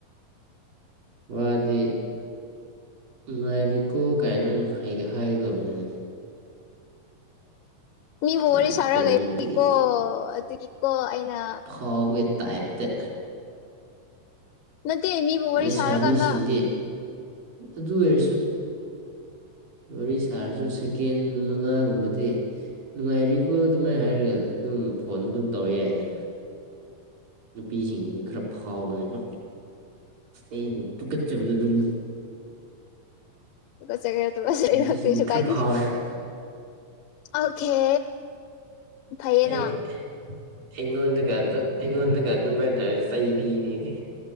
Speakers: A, on the right; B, on the left.
A: ꯋꯥꯗꯦ ꯅꯥꯏꯔꯤꯀꯣ ꯀꯥꯏꯅ ꯍꯥꯏꯒꯗꯧꯕꯅꯤ꯫
B: ꯕꯨ
A: ꯌꯥꯝ
B: ꯋꯥꯔꯤ ꯁꯥꯔ
A: ꯄꯣꯡꯕꯒꯤ
B: ꯂꯩꯀꯣ ꯑꯗꯨꯗꯤꯀꯣ ꯑꯩꯅ
A: ꯍꯒ ꯇꯥꯏꯐꯇ
B: ꯅꯠꯇꯦ ꯃꯤꯕꯨ ꯋꯥꯔꯤ
A: ꯂꯩꯁꯥꯕꯤꯁꯤꯡꯗꯤ
B: ꯁꯥꯔꯀꯥꯟꯗ
A: ꯑꯗꯨ ꯑꯣꯏꯔꯁꯨ ꯋꯥꯔꯤ ꯁꯥꯔꯁꯨ ꯁꯦꯀꯦꯟ ꯃꯉꯥꯒꯨꯝꯕꯗꯤ ꯅꯨꯡꯉꯥꯏꯔꯤꯈꯣ ꯑꯗꯨꯃꯥꯏꯅ ꯍꯥꯏꯔꯒ ꯑꯗꯨꯝ ꯐꯣꯟꯗ ꯑꯗꯨꯝ ꯇꯧꯔ ꯌꯥꯏꯅꯦ꯫ ꯅꯨꯄꯤꯁꯤꯡꯗꯨꯒ ꯈꯔ ꯐꯥꯎꯕꯅꯦꯕ ꯑꯩꯅ ꯄꯨꯀꯠꯆꯕꯗ ꯑꯗꯨꯝ꯫
B: ꯆꯒꯆ
A: ꯅꯨꯄꯤꯁꯤꯡꯅꯤ
B: ꯀꯁꯨ
A: ꯈꯔ
B: ꯀꯥꯏꯇ
A: ꯐꯥꯎꯔꯦꯕ
B: ꯑꯣꯀꯦ ꯐꯩꯌꯦꯅ
A: ꯑꯩ ꯏꯣꯟꯗꯒ ꯑꯗꯨ ꯏꯣꯟꯗꯒ ꯑꯗꯨ ꯃ ꯇꯧꯔ꯭꯭ ꯁ ꯄꯤꯅꯦꯗꯤ